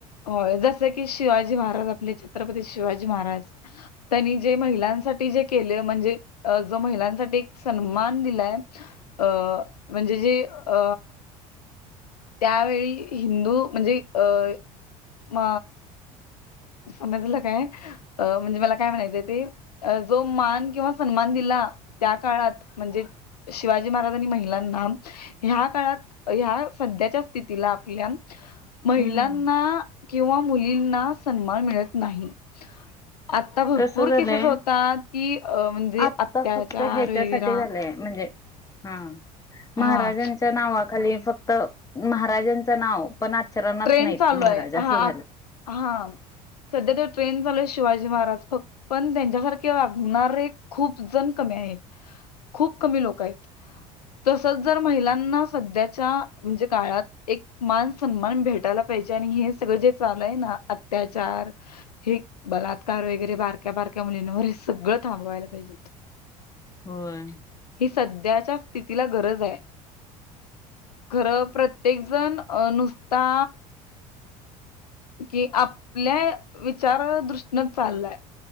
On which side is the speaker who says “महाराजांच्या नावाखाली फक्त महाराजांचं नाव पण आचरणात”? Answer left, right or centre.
Left